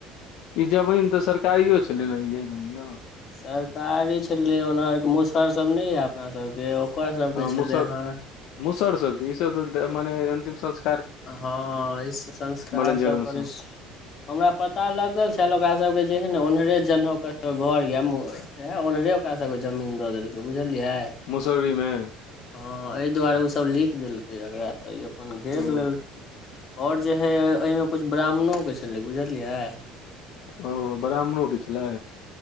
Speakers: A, on the left; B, on the left.
A: ई जमीन तऽ सरकारियो छलै ना इएह जमीनओ
B: सरकारी छलै ओना एक मुसहर सब नै ये अपना सबके ओकर सबके
A: हँ मुसहर
B: छलै हँ
A: मुसहर सबके ईसभ तऽ मने अन्तिम संस्
B: हँ इसँ संस्कारसभ
A: मरण जरण
B: करै
A: सब
B: छी हमरा पता लगल छल ओकरा सबके जे हइ ने ओन्हरे जनेहउ घर या ए ओन्नरे ओकरा सबके जमीन देलकै बुझलियै
A: मुशहरी मे
B: हँ एहि दुआरे ओसभ लिख देलकै एकरा तऽ ई अपन घेर
A: ओ
B: लेलकै आओर जे हइ एहिमे किछु ब्राह्मणोके छलै बुझलियै
A: ओ ब्राह्मणोे के छलै